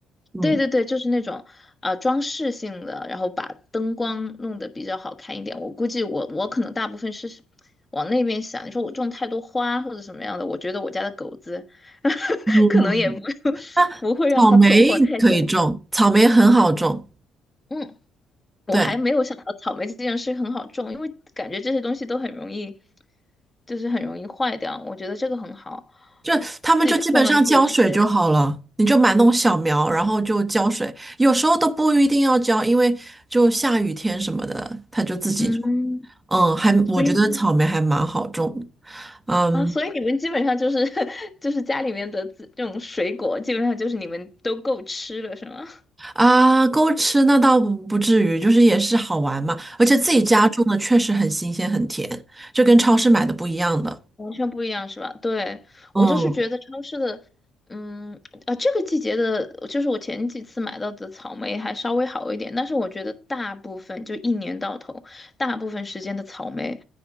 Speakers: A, on the right; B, on the left.
A: 嗯
B: 对对对，就是那种啊、呃装饰性的，然后把灯光弄得比较好看一点。我估计我我可能大部分是往那边想。你说我种太多花或者什么样的，我觉得我家的狗子 <laughs>
A: 嗯。
B: 可能也不 <laughs>
A: 啊，
B: 不会让它存活太久。
A: 草莓可以种，草莓很好种，
B: 嗯，我还没有想到草莓这件事很好种，
A: 对，
B: 因为感觉这些东西都很容易，就是很容易坏掉。我觉得这个很好，
A: 就他们就基本上浇水就好了，
B: 自己种了自己吃。
A: 你就买那种小苗，然后就浇水，有时候都不一定要浇，因为就下雨天什么的，它就自己种
B: 嗯，
A: 嗯，还我觉得草莓还蛮好种的
B: 所以
A: 嗯
B: 啊，所以你们基本上就是 <laughs> 就是家里面的自这种水果，基本上就是你们都够吃了，是吗？
A: 啊，够吃那倒不不至于，就是也是好玩嘛，而且自己家种的确实很新鲜很甜，
B: <laughs>
A: 就跟超市买的不一样的。
B: 完全不一样是吧？对，
A: 嗯
B: 我就是觉得超市的，嗯，啊，这个季节的，就是我前几次买到的草莓还稍微好一点，但是我觉得大部分就一年到头，大部分时间的草莓，